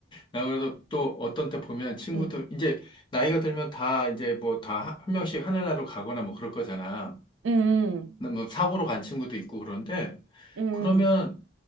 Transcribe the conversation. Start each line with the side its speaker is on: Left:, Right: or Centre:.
Left: 나 그래서 또 어떤 때 보면 친구들,
Right: 음,
Left: 이제 나이가 들면 다 이제 뭐 다 한 명씩 하늘나라로 가거나 뭐 그럴 거잖아.
Right: 음.
Left: 근데 뭐 사고로 간 친구도 있고 그런데
Right: 응,
Left: 그러면